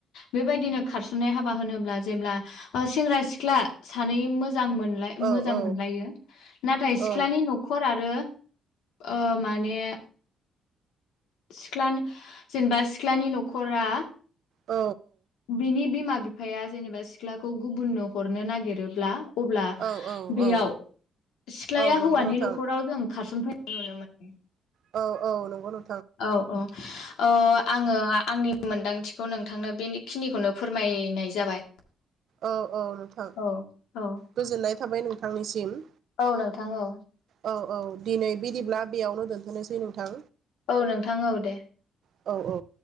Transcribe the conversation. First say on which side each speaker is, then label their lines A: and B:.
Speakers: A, on the left; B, on the right.
A: बेबायदिनो खारसननाय हाबा होनोब्ला जेब्ला सेंग्रा सिख्ला सानै मोजां। मोजां मोन
B: औ
A: मोजां
B: औ
A: मोनलायो नाथाय
B: औ
A: सिख्लानि न'खर आरो। ओ माने। सिख्लानि जेनेबा सिख्लानि न'खरा
B: औ
A: बिनि बिमा बिफाया जेनेबा सिख्लाखौ गुबुननो हरनो नागिरोब्ला अब्ला
B: औ औ औ
A: बेयाव सिख्लाया
B: औ
A: हौवानि
B: नंगौ नोंथां
A: न'खराव जों खारसनफैनाय नुनो मोनो
B: औ औ नंगौ नों
A: औ औ आङो आंनि मोन्दांथिखौ नोंथांनो बेखिनिखौनो फोरमायनाय जाबाय
B: औ औ नोंथां
A: औ औ
B: गोजोननाय थाबाय नोंथांनिसिम।
A: औ नोंथां औ।
B: औ औ दिनै बिदिब्ला बेयावनो दोनथ'नोसै नोंथां।
A: औ नोंथां औ दे
B: औ औ